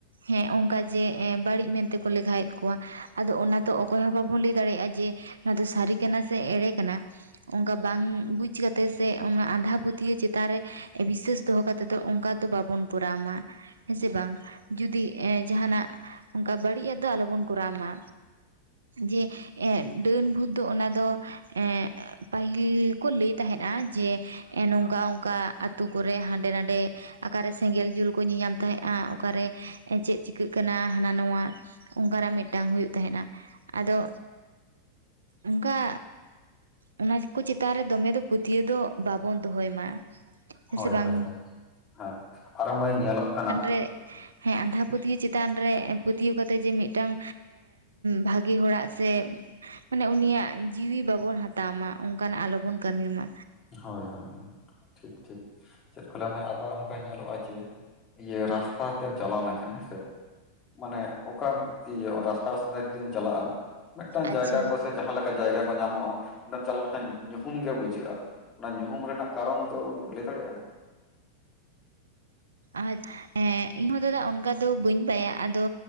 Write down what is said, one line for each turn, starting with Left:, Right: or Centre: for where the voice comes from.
Right: ᱦᱮᱸ ᱚᱱᱠᱟ ᱡᱮ ᱵᱟᱹᱲᱤᱡ ᱢᱮᱱ ᱛᱮ ᱠᱚ ᱞᱮᱠᱷᱟᱭᱮᱫ ᱠᱚᱣᱟ ᱟᱫᱚ ᱚᱱᱟ ᱫᱚ ᱚᱠᱚᱭ ᱦᱚᱸ ᱵᱟᱵᱚᱱ ᱞᱟᱹᱭ ᱫᱟᱲᱮᱭᱟᱜ-ᱟ ᱡᱮ ᱱᱚᱶᱟ ᱫᱚ ᱥᱟᱹᱨᱤ ᱠᱟᱱᱟ ᱥᱮ ᱮᱲᱮ ᱠᱟᱱᱟ ᱚᱱᱠᱟ ᱵᱟᱝ ᱵᱩᱡᱽ ᱠᱟᱛᱮ ᱥᱮ ᱚᱱᱟ ᱟᱸᱫᱷᱟ ᱯᱟᱹᱛᱭᱟᱹᱣ ᱪᱮᱛᱟᱱ ᱨᱮ ᱵᱤᱥᱣᱟᱹᱥ ᱫᱚᱦᱚ ᱠᱟᱛᱮ ᱫᱚ ᱚᱱᱠᱟ ᱫᱚ ᱵᱟᱵᱚᱱ ᱠᱚᱨᱟᱣ ᱢᱟ ᱦᱮᱸ ᱥᱮ ᱵᱟᱝ ᱡᱩᱫᱤ ᱮᱸ ᱡᱟᱦᱟᱸᱱᱟᱜ ᱚᱱᱠᱟ ᱵᱟᱹᱲᱤᱡ-ᱟᱜ ᱫᱚ ᱟᱞᱚᱵᱚᱱ ᱠᱚᱨᱟᱣ ᱢᱟ ᱡᱮ ᱮᱸᱻ ᱰᱟᱹᱱ ᱵᱷᱩᱛ ᱫᱚ ᱚᱱᱟ ᱫᱚ ᱮᱸᱻ ᱯᱟᱹᱦᱤᱞ ᱠᱚ ᱞᱟᱹᱭ ᱛᱟᱦᱮᱸᱫ-ᱟ, ᱡᱮ ᱱᱚᱝᱠᱟ, ᱚᱝᱠᱟ ᱟᱹᱛᱩ ᱠᱚᱨᱮ ᱦᱟᱸᱰᱮ ᱱᱟᱰᱮ ᱚᱠᱟ ᱨᱮ ᱥᱮᱸᱜᱮᱞ ᱡᱩᱞ ᱠᱚ ᱧᱮᱧᱟᱢ ᱛᱟᱦᱮᱸᱫ-ᱟ, ᱚᱠᱟ ᱨᱮ ᱪᱮᱫ ᱪᱤᱠᱟᱹᱜ ᱠᱟᱱᱟ, ᱦᱟᱱᱟ ᱱᱟᱣᱟ ᱚᱱᱠᱟᱱᱟᱜ ᱢᱤᱫᱴᱟᱝ ᱦᱩᱭᱩᱜ ᱛᱟᱦᱮᱸᱱᱟ ᱟᱫᱚ ᱚᱱᱠᱟ ᱚᱱᱟ ᱠᱚ ᱪᱮᱛᱟᱱ ᱨᱮ ᱫᱚᱢᱮ ᱫᱚ ᱯᱟᱹᱛᱭᱟᱹᱣ ᱫᱚ ᱵᱟᱵᱚᱱ ᱫᱚᱦᱚᱭ ᱢᱟ᱾ ᱦᱮᱸ
Left: ᱦᱳᱭ,
Right: ᱥᱮ ᱵᱟᱝ
Left: ᱦᱳᱭ, ᱦᱳᱭᱻ ᱦᱮᱸ ᱟᱨᱦᱚᱸ ᱢᱟᱹᱭ ᱧᱮᱞᱚᱜ ᱠᱟᱱᱟ
Right: ᱯᱮ ᱦᱮᱸ ᱟᱸᱫᱷᱟ ᱯᱟᱹᱛᱭᱟᱹᱣ ᱪᱮᱛᱟᱱ ᱨᱮ ᱯᱟᱹᱛᱭᱟᱹᱣ ᱠᱟᱛᱮ ᱡᱮ ᱢᱤᱫᱴᱟᱝ ᱵᱷᱟᱹᱜᱮ ᱦᱚᱲᱟᱜ ᱥᱮ ᱢᱟᱱᱮ ᱩᱱᱤᱭᱟᱜ ᱡᱤᱣᱤ ᱵᱟᱵᱚᱱ ᱦᱟᱛᱟᱣ ᱢᱟ᱾ ᱚᱱᱠᱟᱱᱟᱜ ᱟᱞᱚ ᱵᱚᱱ ᱠᱟᱹᱢᱤ ᱢᱟ᱾
Left: ᱦᱚᱭ - ᱦᱚᱭ - ᱦᱚᱭᱻ ᱴᱷᱤᱠ ᱴᱷᱤᱠ ᱪᱮᱫ ᱠᱚ ᱞᱟᱹᱭᱟ ᱢᱟᱹᱭ ᱟᱵᱟᱨ ᱚᱱᱠᱟ ᱧᱮᱞᱚᱜ-ᱟ ᱡᱮ, ᱤᱭᱟᱹ ᱨᱟᱥᱛᱟ ᱛᱮᱢ ᱪᱟᱞᱟᱣ ᱞᱮᱱ ᱠᱷᱟᱱ ᱦᱮᱸ ᱥᱮ ᱢᱟᱱᱮ ᱚᱠᱟ ᱤᱭᱟᱹ ᱨᱟᱥᱛᱟ - ᱨᱟᱥᱛᱟ ᱛᱮ ᱡᱩᱫᱤᱢ ᱪᱟᱞᱟᱜ-ᱟ ᱢᱤᱫᱴᱟᱝ ᱡᱟᱭᱜᱟ
Right: ᱟᱪᱪᱷᱟ
Left: ᱠᱚ ᱥᱮ ᱡᱟᱦᱟᱸ ᱞᱮᱠᱟ ᱡᱟᱭᱜᱟ ᱠᱚ ᱧᱟᱢᱚᱜ-ᱟ, ᱚᱸᱰᱮᱢ ᱪᱟᱞᱟᱣ ᱞᱮᱠᱷᱟᱱ ᱧᱩᱦᱩᱢ ᱜᱮ ᱵᱩᱡᱷᱟᱹᱜ-ᱟ᱾ ᱚᱱᱟ ᱧᱩᱦᱩᱢ ᱨᱮᱱᱟᱜ ᱠᱟᱨᱚᱱ ᱫᱚᱢ ᱞᱟᱹᱭ ᱫᱟᱲᱮᱭᱟᱜ-ᱟ᱾
Right: ᱟᱨ ᱮᱸ ᱤᱧ ᱦᱚᱸ ᱫᱟᱫᱟ ᱚᱱᱠᱟ ᱫᱚ ᱵᱟᱹᱧ ᱵᱟᱟᱭᱟ ᱟᱫᱚ